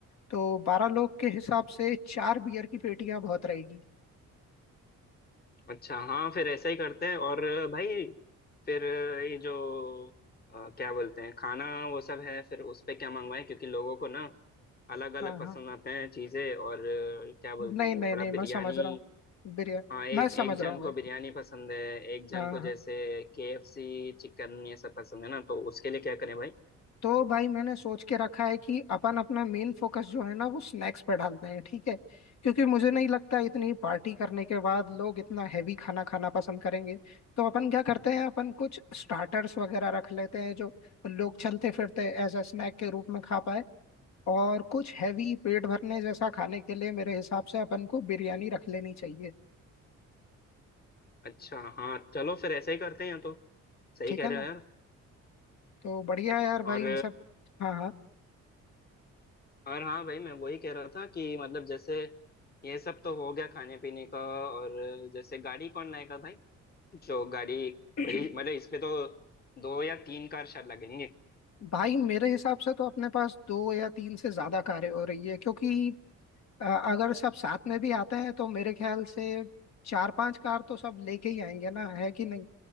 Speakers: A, on the left; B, on the left.
A: तो बारह लोग के हिसाब से चार बियर की पेटियां बहुत रहेगी
B: अच्छा हाँ फिर ऐसा ही करते हैं और भाई फिर ये जो अ, क्या बोलते हैं खाना वो सब है फिर उस पे क्या मंगवाएं क्योंकि लोगों को ना अलग अलग
A: हाँ
B: पसंद
A: हाँ
B: आते हैं चीजें और अ, क्या बोलते
A: नहीं
B: हैं ये
A: नहीं
B: थोड़ा
A: नहीं मैं
B: बिरयानी
A: समझ रहा हूँ बियर
B: हाँ एक
A: मैं समझ
B: एक जन
A: रहा हूँ
B: को
A: भाई
B: बिरयानी पसंद है एक जन
A: हाँ
B: को
A: हाँ।
B: जैसे केएफसी चिकन ये सब पसंद है ना तो उसके लिए क्या करें भाई
A: तो भाई मैंने सोच के रखा है कि अपन अपना मेन फोकस जो है ना वो स्नैक्स पर डालते हैं ठीक है क्योंकि मुझे नहीं लगता इतनी पार्टी करने के बाद लोग इतना हैवी खाना खाना पसंद करेंगे तो अपन क्या करते हैं अपन कुछ स्टार्टर्स वगैरह रख लेते हैं जो लोग चलते फिरते एज अ स्नैक के रूप में खा पाए और कुछ हैवी पेट भरने जैसा खाने के लिए मेरे हिसाब से अपन को बिरयानी रख लेनी चाहिए
B: अच्छा हाँ चलो फिर ऐसा ही करते हैं या तो सही
A: ठीक
B: कह
A: है
B: रहे
A: ना
B: हो यार
A: तो बढ़िया है यार भाई
B: और
A: इन सब हाँ हाँ
B: और हाँ भाई मैं वही कह रहा था कि मतलब जैसे ये सब तो हो गया खाने पीने का और जैसे गाड़ी कौन लाएगा भाई जो गाड़ी
A: अ-
B: बड़ी
A: <clears throat>
B: मतलब इसमें तो दो या तीन कार शायद लगेंगे
A: भाई मेरे हिसाब से तो अपने पास दो या तीन से ज्यादा कारें हो रही है क्योंकि अ, अगर सब साथ में भी आते हैं तो मेरे ख्याल से चार पांच कार तो सब लेके ही आएंगे ना है कि नहीं